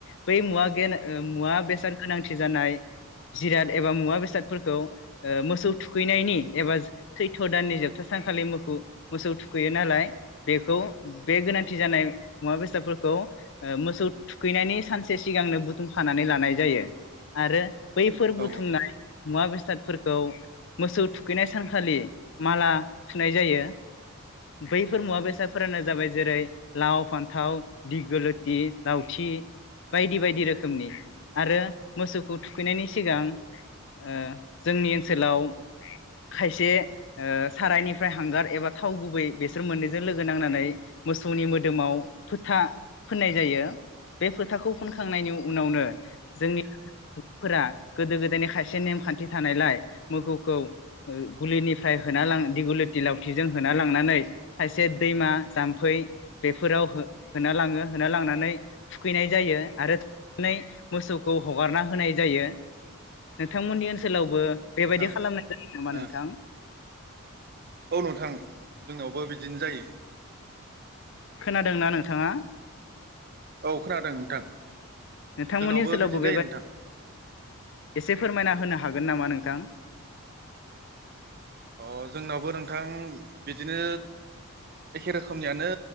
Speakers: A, on the left (about 55°); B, on the right (about 45°).
A: बै मुवा <unintelligible> ओ मुवा बेसाद गोनांथि जानाय जिराद एबा मुवा बेसादफोरखौ ओ मोसौ थुखैनायनि एबा जो सैथ' दाननि जोबथा सानखालि मोखो-मोसौ थुखैयो नालाय बेखौ बे गोनांथि जानाय मुङा बेसाफोर खौ ओ मोसौ थुखैनायनि सानसे सिगांनो बुथुमखानानै लानाय जायो आरो बैफोर
B: औ
A: बुथुमनाय मुवा बेस बेसादफोरखौ मोसौ थुखैनाय सानखालि माला थुनाय जायो। बैफोर मुवा बेसादफोरानो जाबाय जेरै लाव, फान्थाव, दिगोलथि लावथि बायदि बायदि रोखोमनि आरो मोसौखौ थुखैनायनि सिगां ओ जोंनि ओनसोलाव खायसे ओ सारायनिफ्राय हांगार एबा थाव गु गुबै बेसोर मोननैजों लोगो नांनानै मोसौनि मोदोमाव फोथा फोननाय जायो। बे फोथाखौ फोनखांनायनि उनावनो जोंनि <inaudible> फोरा गोदो गोदायनि खायसे नेमखान्थि थानायलाय मोखौखौ ओ गुलिनिफ्राय होना दिग'लथि लावथिजों होना लां लांनानै खायसे दैमा जाम्फै बेफोराव हो होना लाङो होना लांनानै थुखैनाय जायो आरो <inaudible> मोसौखौ हगारना होनाय जायो नोंथांमोननि ओनसोलावबो बेबायदि
B: औ
A: खालामनाय जायो नामा नों
B: ओ
A: थां?
B: औ नोंथां। जोंनावबो बिदिनो जायो।
A: खोनादोंना नोंथाङा
B: औ खोनादों नोंथां
A: नोंथांमोननि
B: जोंनावबो
A: ओनसोलाव
B: बिदिनो
A: बेबा
B: जायो नोंथां
A: <inaudible> एसे फोरमायना होनो हागोन नामा नों थां
B: अ जोंनावबो नोंथां बिदिनो एखे रोखोमनियानो